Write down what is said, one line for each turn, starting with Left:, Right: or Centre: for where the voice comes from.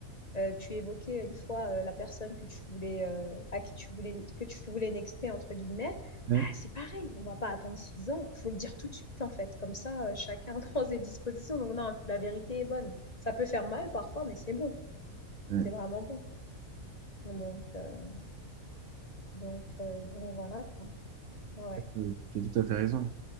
Left: Euh, tu évoquais une fois euh, la personne que tu voulais, euh, à qui tu voulais, que tu voulais nexter, entre guillemets,
Right: Ouais.
Left: ah, c'est pareil, on va pas attendre six ans, Il faut le dire tout de suite en fait, comme ça euh, chacun <laughs> prend ses dispositions. Donc non, la vérité est bonne. Ça peut faire mal parfois, mais c'est bon,
Right: Ouais,
Left: c'est vraiment bon. Donc, euh, donc, euh, donc voilà quoi. Ouais.
Right: euh, Tu as tout à fait raison.